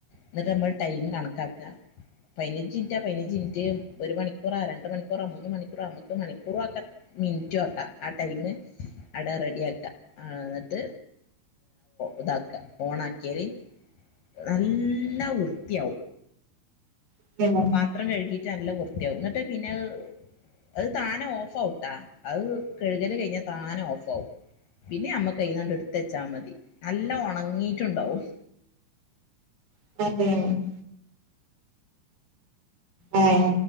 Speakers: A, on the left; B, on the right.
A: എന്നിട്ട് നമ്മൾ ടൈം കണക്കാ ക്ക പതിനഞ്ച് മിനിറ്റ പതിനഞ്ച് മിനിറ്റ് ഒരു മണിക്കൂറാ രണ്ട് മണിക്കൂറാ മൂന്ന് മണിക്കൂറാ നമുക്ക് മണിക്കൂറ ആക്കാ മിനിറ്റും ആക്ക ആ ടൈമ് അട റെഡിയാക്ക എന്നിട്ട് ഇതാക്ക ഓണാക്കിയാല് നല്ല വൃത്തിയാവും
B: <unintelligible>
A: പാത്രം കഴുകിട്ട് നല്ല വൃത്തിയാവും എന്നിട്ട് പിന്നെ അഹ് അത് താനെ ഓഫാവുട്ടാ അത് കഴുകൽ കഴിഞ്ഞാ താനെ ഓഫാവും പിന്നെ ഞമ്മക്ക് അയിന്നാണ്ട് എടുത്തച്ചാ മതി നല്ല ഒണങ്ങിട്ടുണ്ടാവും
B: <unintelligible> ഏഹ്